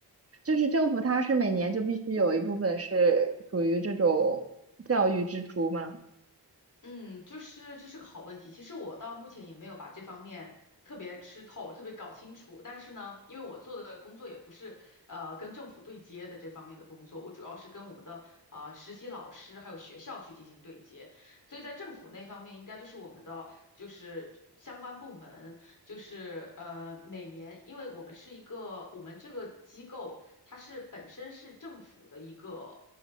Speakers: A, on the right; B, on the left.
A: 就是政府它是每年就必须有一部分是属于这种教育支出吗？
B: 嗯，就是这是个好问题。其实我到目前也没有把这方面特别吃透、特别搞清楚。但是呢，因为我做的工作也不是呃跟政府对接的这方面的工作，我主要是跟我们的啊、呃实习老师还有学校去进行对接。所以在政府那方面，应该就是我们的就是相关部门，就是呃每年，因为我们是一个我们这个机构，它是本身是政府的一个